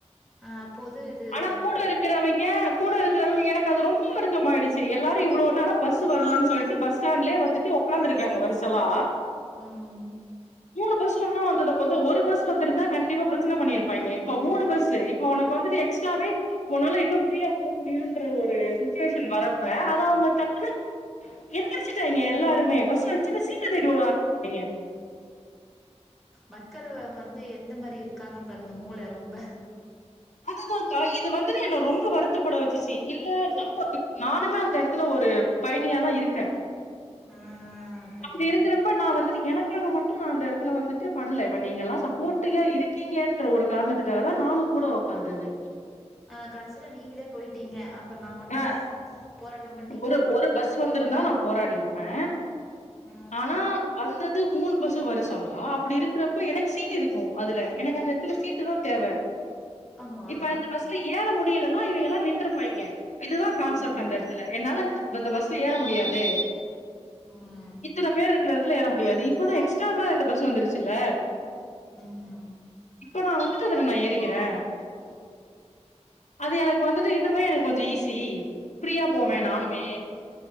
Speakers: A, in the centre; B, on the left.
A: ஆ பொது இது
B: ஆனா
A: இல்ல
B: கூட இருக் பாக்கிறவங்கே கூட இருக்கிறவங்க எனக்கு அது ரொம்ப வருத்தம் ஆயிடுச்சு எல்லாரு இவ்ளோ நேரம் பஸ்ஸு வரலன்னு சொல் ட்டு பஸ் ஸ்டாண்ட்லயே வந்துட்டு உடக்காந்துருக்காங்க வரிசலா
A: ம்
B: மூணு பஸ் ஒன்னா வந்தத பாத்த ஒரு பஸ் வந்திருந்தா கண்டிப்பா பிரச்சன பண்ணிருப்பாங்கே இப்ப மூணு பஸ்ஸு இப்ப உனக்கு வந்துட்டு எக்ஸ்ட்டாவே போனாலு இன்னு ஃபிரீயா போக முடியுன்ற ஒரு சுச்சுவேஷன்க்கு வரப்ப அத அவுங்க டக்குனு எந்திரிச்சிட்டானுங்கே எல்லாருமே பஸ் வந்துச்சுனு சீட்ட தேடி ஓட ஆரம்பிச்சுடாங்கே
A: மக்கள் வந்து எந்த மாதிரி இருக்காங்கன்னு பாருங்க மூளை ரொம்ப
B: அதுதான்கா இது வந்துட்டு என்ன ரொம்ப வரு த்த பட வச்சுச்சு இல்ல
A: கே
B: நம்ம நானுமே அந்த இடத்துல ஒரு பயணியா தா இருக்கே
A: ஆ கண்டிப்பா
B: அப்படி இருக்கிறப்ப நா வந்துட்டு எனக்காக மட்டு நான் அந்த இடத்துல வந்துட்டு பண்ல இப்ப நீங்க எல்லா சப்போர்டிவா இரு க்கீங்கன்ற ஒரு காரணத்துக்காக தா நானு கூட உக்காந்தது
A: அ கடைசியில நீங்களே போயிட்டீங்க அப்ப நா மட்டு
B: ஆ
A: போராட்டம் பண்ணி
B: ஒரு ஒரு பஸ் வந்திருந்தா நான் போராடி இருப்பே
A: ஆ
B: ஆனா வந்தது மூணு பஸ்ஸு வருசாலா அப்படி இருக்கிறப்ப எனக்கு சீட் இருக்கு அதுல எனக்கு அந்த எ டத்துல சீட்டுதா தேவை
A: ஆமா
B: இப்ப அந்த பஸ்ல ஏற முடியலனா இவுங்கே எல்லா நின்றுருப்பாங்கே இதுதா கான்செப்ட்
A: ம்
B: அந்த இடத் என்னால அந் அந்த பஸ் ஏற முடியாது
A: ம்
B: இத்தன பேர் இருக்க த்துல ஏற முடியாது இப்பதா எக்ஸ்ட்ராவா ரெண்டு பஸ் வந்துருச்சுல்ல
A: ம் ம்
B: இப்ப நா வந்துட்டு அதல நா ஏறிக்கிறே அது எனக்கு வந்துட்டு இன்னுமே எனக்கு கொஞ்சோ ஈஸி ஃப்ரீயா போவேன்
A: ம்
B: நானுமே